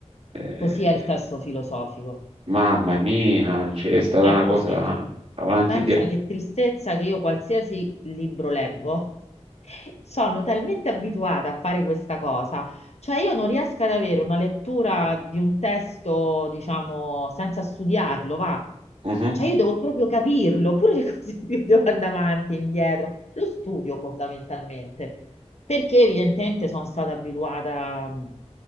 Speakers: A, on the right; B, on the left.
A: Eh,
B: Così è il testo filosofico.
A: mamma mia, cioè, è stata
B: È
A: una cosa
B: così.
A: avanti,
B: Pensa
A: indietro.
B: che tristezza che io qualsiasi libro leggo, <laughs> sono talmente abituata a fare questa cosa, cioè io non riesco ad avere una lettura di un testo, diciamo, senza studiarlo, va.
A: Mhm,
B: Cioè io devo proprio capirlo, pure le cose <laughs> più devo andare avanti e indietro. Lo studio fondamentalmente, perché evidentemente sono stata abituata mh,